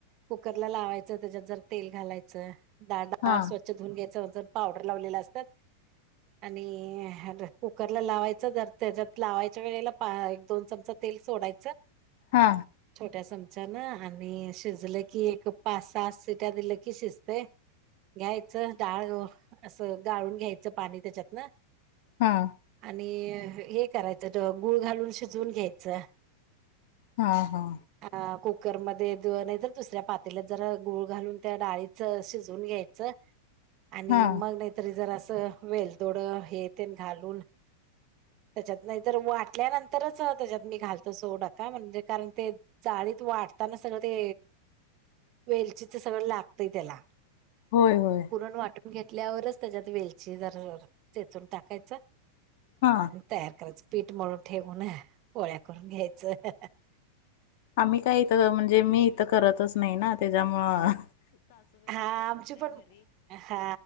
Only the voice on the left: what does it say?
हा
हा
हा
हा, हा
हा
होय होय.
हा
आम्ही काय इथ म्हणजे मी इथं करतच नाही ना तेच्यामुळं